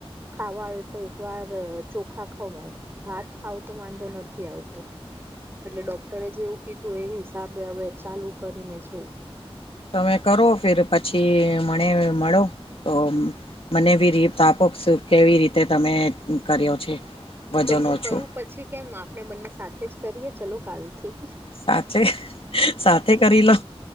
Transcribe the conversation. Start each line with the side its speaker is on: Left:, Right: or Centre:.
Right: ખાવા આવે ત એક વાર ચોખા ખવાય ભાત ખાવો તો વાંધો નથી આવતો એટલે ડોક્ટરે જેવું કીધું એ સાબે હવે ચાલુ કરીને જો
Left: તમે કરો ફીર પછી મને મળો તો મને બી રીતપો કેવી રીતે તમે કર્યો છે. વજન
Right: તો હું
Left: ઓછું
Right: કરું પછી કેમ આપણે બંને સાથે જ ચલો કાલથી.
Left: સાથે સાથે કરી લો